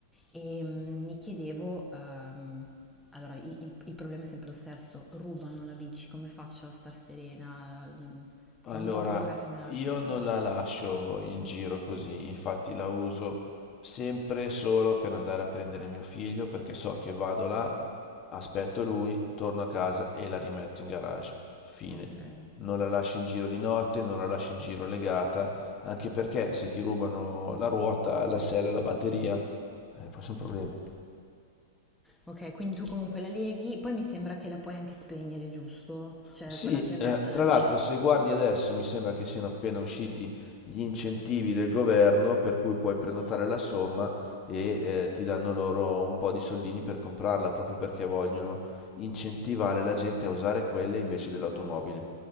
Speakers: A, in the centre; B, on the left.
A: Ehm, mi chiedevo, ehm, allora i il il problema è sempre lo stesso, rubano la bici, come faccio a star serena? Mhmm, perché
B: Allora,
A: ho un po' paura che me la
B: io
A: rubino,
B: non
A: ecco.
B: la lascio in giro così, infatti la uso sempre solo per andare a prendere mio figlio perché so che vado là, aspetto lui, torno a casa e la rimetto in garage. Fine.
A: Okay.
B: Non la lascio in giro di notte, non la lascio in giro legata, anche perché se ti rubano la ruota, la sella, la batteria, eh, poi sono problemi.
A: Ok, quindi tu comunque la leghi, poi mi sembra che la puoi anche spegnere, giusto? Cioè
B: Sì,
A: con la chiavetta
B: eh, tra
A: la riesci
B: l'altro
A: a spegnere.
B: se guardi adesso mi sembra che siano appena usciti gli incentivi del governo per cui puoi prenotare la somma e eh, ti danno loro un po' di soldini per comprarla, proprio perché vogliono incentivare la gente a usare quelle invece dell'automobile.